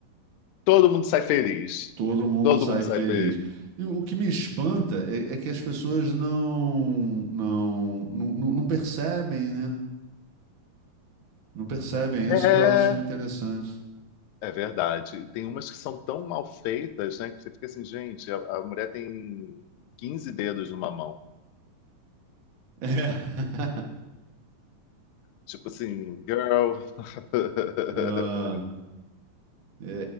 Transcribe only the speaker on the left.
todo mundo sai feliz.
Todo
mundo
sai feliz.
É,
é verdade. Tem umas que são tão mal feitas, né? Que você fica assim, gente, a, a mulher tem 15 dedos numa mão.
Tipo assim, girl. <laughs>